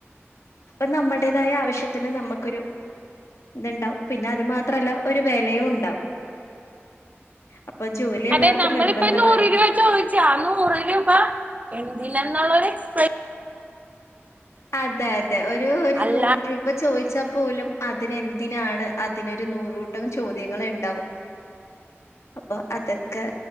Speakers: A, on the left; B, on the right.
A: അപ്പൊ നമ്മൾടേതായ ആവശ്യത്തിന് നമുക്കൊരു ഇതുണ്ടാവും. പിന്നെ അത് മാത്രല്ല ഒരു വെലയും ഉണ്ടാകും. അപ്പൊ ജോലി എല്ലാവർക്കും
B: അതെ. നമ്മളിപ്പൊ
A: നിർബന്ധമാണ്
B: നൂറ് രൂപ ചോദിച്ച നൂറ് രൂപ എന്തിനെന്നുള്ളൊരു എക്സ്പ്ര
A: അതെ അതെ. ഒരു ഒരു
B: അല്ല
A: നൂറ് രൂപ ചോദിച്ച ച്ചാ പോലും അതിനെന്തിനാണ്? അതിനൊരു നൂറൂ കൂട്ടം ചോദ്യങ്ങളുണ്ടാവും. അപ്പൊ അതൊക്കെ